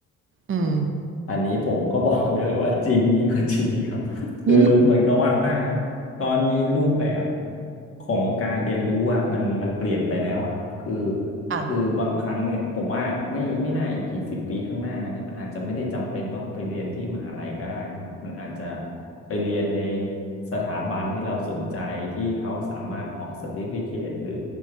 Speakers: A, on the right; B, on the left.
A: อืม
B: อันนี้ผมก็บอกได้เลยว่าจริงยิ่งกว่าจริงอีกครับ <laughs> คือเหมือนกับว่า
A: อืม
B: ตอนนี้รูปแบบของการเรียนรู้อะมันมันเปลี่ยนไปแล้วอะครับคือ
A: ค่ะ
B: คือบางครั้งเนี่ยผมว่าไม่ไม่น่าอีกกี่สิบปีข้างหน้าเนี่ยมันอาจจะไม่ได้จำเป็นต้องไปเรียนที่มหาลัยก็ได้นะครับมันอาจจะไปเรียนในสถาบันที่เราสนใจที่เขาสามารถออก c e r t i f i c a t e หรือ